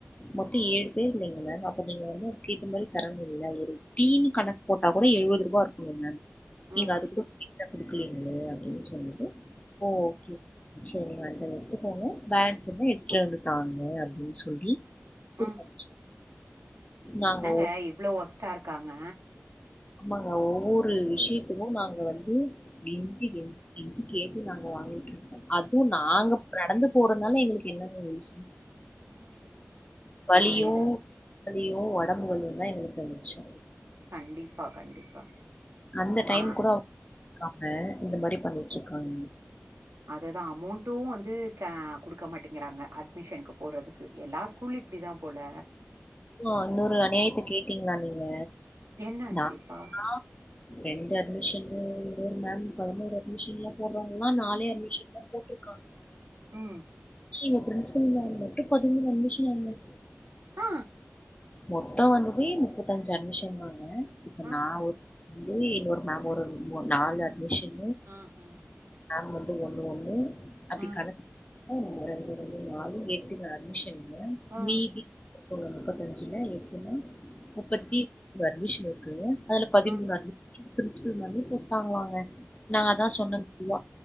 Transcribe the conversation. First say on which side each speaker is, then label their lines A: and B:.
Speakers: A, on the left; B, on the right.
A: மொத்தொ ஏழு பேர் இல்லைங்க மேம் அப்ப நீங்க வந்து அதுக்கு ஏத்த மாரி தரணுல்ல ஒரு டீம் கணக் போட்டா கூட எழுவதுருவா இருக்குங்க மேம்
B: ம்
A: நீங்க
B: ம்
A: அது கூட <inaudible> குடுக்லீங்களே அப்டின் சொல்லிட்டு ஓ ஓகே சேரி அந்த எடுத்துக்கோங்க பேலன்ஸ் இருந்தா எத்துட்டு வந்து தாங்க அப்டின் சொல்லி குடுத்தனுப்பிச்சோம்.
B: அ
A: நாங்க
B: என்னங்க இவ்ளோ ஒஸ்ட்டா இருக்காங்க
A: ஆமாங்க ஒவ்வொரு விஷயத்துக்கு நாங்க வந்து கெஞ்சி
B: ம்
A: கெ ஞ்சி கேட்டு நாங்க வாங்கிட்ருக்கோ அதுவு நாங்க நடந்து போறதுனால எங்களுக்கு என்னங்க யூஸ்
B: ம் ம்
A: வலியு
B: புரியுது
A: வலியு ஒடம்பு வலியு தா எங்களுக்கு மிச்சோ
B: கண்டிப்பா கண்டிப்பா
A: அந்த டைம்
B: ஆ
A: கூட அவுங்க இருக்காங்க இந்த மாரி பண்ணிட்டு இருக்காங்க
B: அத தா அமௌன்ட்டு வந்து க கு டுக்க மாட்டேங்கிறாங்க அட்மிஷன்க்கு போட்றதுக்கு எல்லா ஸ்கூலு இப்டி தா போல
A: ஓ இன்னொரு அநியாயத்த கேட்டீங்களா நீங்க
B: என்னாச்சுப்பா
A: ந <inaudible> ரெண்டு அட்மிஷன் <inaudible> இன்னொரு மேம் பதினோரு அட்மிஷன் எல்லா போடுறாங்கா நாலே அட்மிஷன் தா போட்டிருக்காங்
B: ம்
A: ஆ எங்க பிரின்ச்பல் மேம் மட்டு பதிமூனு அட்மிஷனாங்க
B: ஆ
A: மொத்தோ வந்ததே முப்பத்தஞ்சி அட்மிஷன் தாங்க இப்ப
B: ஆ
A: நா ஒ <unintelligible> இன்னொரு மேம் ஒரு ஒ நாலு அட்மிஷன்
B: ஆ ஆ
A: நாங் வந்து ஒண்ணு ஒண்ணு அப்டி
B: ஆ
A: கணக்கு போவுங்க ரெண்டி ரெண்டி நாலு எட்டுங்க அட்மிஷன் இதுல
B: ஆ
A: மீதி <inaudible> <unintelligible> எத்துன முப்பத்தி <inaudible> அட்மிஷன் இருக்கு அதுல பதிமூணு
B: ஆ
A: அட்மி எங்க பிரின்சிபல் மேம்மே கூப்ட்டாங்களங்க நா அதா சொன்ன போதுவா